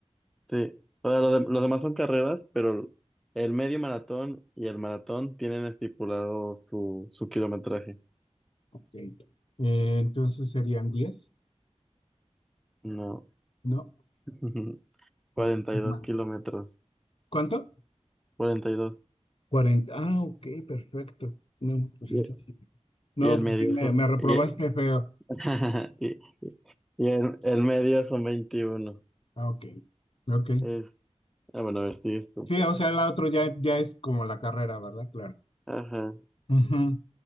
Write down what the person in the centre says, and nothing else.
sí. O sea, lo de- los demás son carreras, pero el medio maratón y el maratón tienen estipulado su, su kilometraje.
No,
<laughs> cuarenta
y dos
kilómetros,
42.
Y,
dos.
y y el
medio,
so-
y,
<laughs> Y el, el medio son veintiuno
Es, ah, bueno, a ver, si tú.
Ajá.